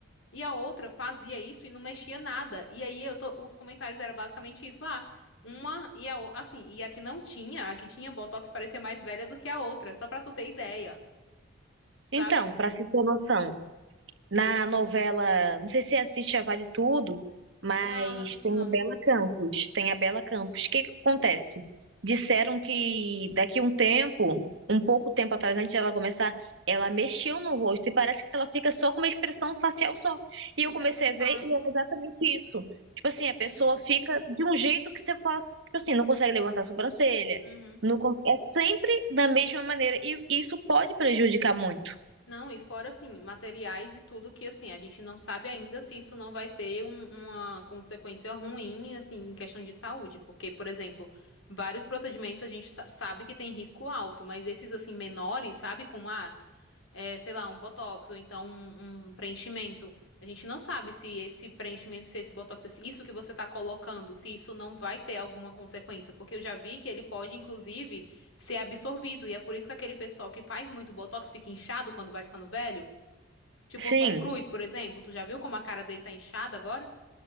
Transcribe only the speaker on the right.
Então, para se ter noção. Na novela, não sei se você assiste a Vale Tudo, mas
tem
a Bela Campos. Tem a Bela Campos. O que que acontece? Disseram que daqui a um tempo, um pouco tempo atrás, antes dela começar, ela mexeu no rosto e parece que ela fica só com uma expressão facial só. E
eu comecei
a ver e é exatamente isso. Tipo assim,
a pessoa fica de um jeito que você fala, tipo assim, não consegue levantar a sobrancelha.
Não, con- é sempre da mesma maneira. E isso pode prejudicar muito.
Sim.